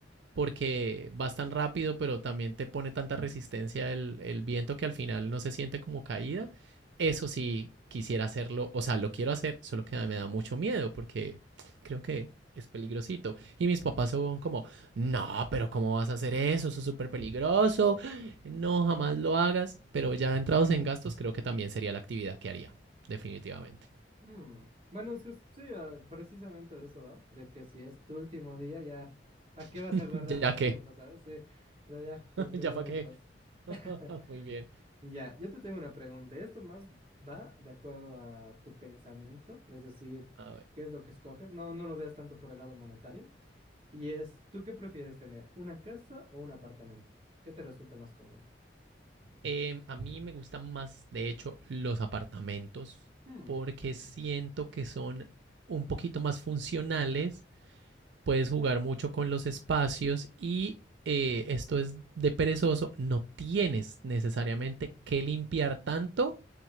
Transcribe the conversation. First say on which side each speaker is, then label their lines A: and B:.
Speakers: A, on the right (about 70°); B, on the right (about 35°).
A: porque vas tan rápido, pero también te pone tanta resistencia el, el viento que al final no se siente como caída. Eso sí, quisiera hacerlo, o sea, lo quiero hacer, solo que me da mucho miedo porque creo que es peligrosito. Y mis papás se van como, no, pero ¿cómo vas a hacer eso? Eso es súper peligroso. No, jamás lo hagas. Pero ya entrados en gastos, creo que también sería la actividad que haría, definitivamente.
B: Mm, Bueno, es que s- sí, ah, precisamente de eso va, de que si es tu último día, ya, ¿para qué vas
A: <laughs>
B: a guardar más
A: ya que,
B: tiempo, sabes? Sí, o sea, ya,
A: <laughs>
B: que, que de
A: ya
B: una
A: para
B: vez
A: qué.
B: pase.
A: <laughs>
B: <laughs>
A: Muy bien.
B: Ya, yo te tengo una pregunta. Esto más va de acuerdo a tu pensamiento, es decir,
A: A ver.
B: ¿qué es lo que escoges? No, no lo veas tanto por el lado monetario. Y es, ¿tú qué prefieres tener? ¿Una casa o un apartamento? ¿Qué te resulta más cómodo?
A: Eh, a mí me gustan más, de hecho, los apartamentos
B: Hmm,
A: porque siento que son un poquito más funcionales, puedes jugar mucho con los espacios y eh, esto es de perezoso, no tienes necesariamente que limpiar tanto